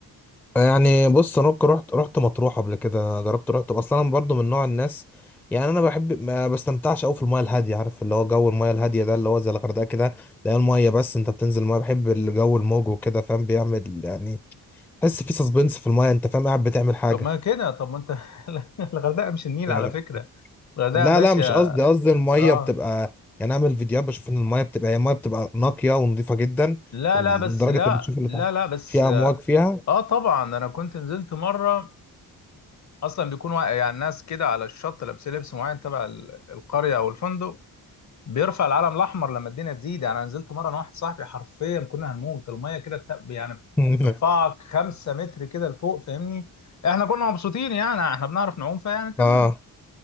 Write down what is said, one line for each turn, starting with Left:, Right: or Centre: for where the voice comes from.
Centre: يعني بص انا ممكن رحت رحت مطروح قبل كده جربت رحت اصلا انا برضو من نوع الناس يعني انا بحب ما بستمتعش قوي في المايه الهاديه عارف اللي هو جو المايه الهاديه ده اللي هو زي الغردقه كده لا المايه بس انت بتنزل المايه بحب الجو الموج وكده فاهم بيعمل يعني تحس في سسبنس في المايه انت فاهم قاعد بتعمل حاجه
Left: طب ما كده طب ما انت <laughs> الغردقه مش النيل
Centre: يعني
Left: على فكره الغردقه
Centre: لا
Left: يا باشا
Centre: لا مش قصدي قصدي المايه
Left: اه
Centre: بتبقى يعني اعمل فيديوهات بشوف ان المايه بتبقى هي المايه بتبقى نقيه ونظيفه جدا
Left: لا
Centre: ولدرجه
Left: لا بس لا
Centre: انت بتشوف اللي
Left: لا
Centre: تحت
Left: لا بس
Centre: فيها
Left: اه
Centre: امواج فيها
Left: آه، طبعا انا كنت نزلت مره اصلا بيكون واقع يعني ناس كده على الشط لابسين لبس معين تبع ال- القريه او الفندق بيرفع العلم الاحمر لما الدنيا تزيد يعني انا نزلت مره انا واحد صاحبي حرفيا كنا هنموت الميه كده بت- يعني
Centre: <laughs>
Left: بترفعك خمسة متر كده لفوق فاهمني احنا كنا مبسوطين يعني احنا بنعرف نعوم فيعني تمام
Centre: اه